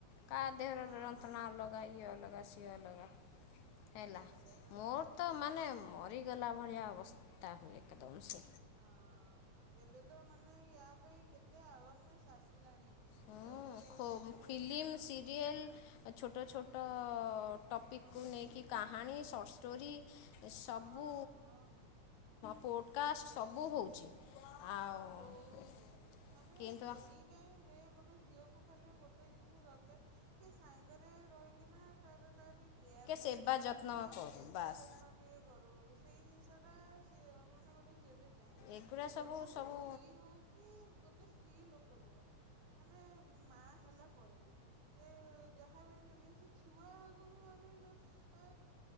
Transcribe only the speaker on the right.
ହଁ
ସେଇଆ ତ
ସତ କଥା
ଆଉ
ହ ଏବେ ତ ମାନେ ୟା ପାଇଁ କେତେ ଆୱାରନେସ୍ ଆସିଲାଣି।
ଯେ ମାନେ
ହଁ
ହଁ ହଁ
ସେଇଆ
ବହୁତ ମାନେ
ଏଇ ଟାଇମରେ ଗୋଟେ ଗୋଟେ ଝିଅକୁ ଖାଲି ଗୋଟେ ଜିନିଷ ଦରକାର କି ସାଙ୍ଗରେ ରହିକିନା ତାର ତା ଟିକେ କେୟାର୍ ନେଉ
ସେ
ସେବା
ଯତ୍ନ ଟିକେ କରୁ ସେଇ ଜିନିଷଟା ସେ ମାନେ ଗୋଟେ ଝିଅ ଟେ ଚାହେ
ଝିଅ
ହଉ
କି ସ୍ତ୍ରୀ ହଉ କି ଗୋଟେ ସ୍ତ୍ରୀ ଲୋକ ବି ହଉ ମାନେ ମା ହେଲା <unintelligible> ସେ ଯାହା ବି ହେଲେ ବି ସେ ଛୁଆକୁ ବି ଅନେକ ଆ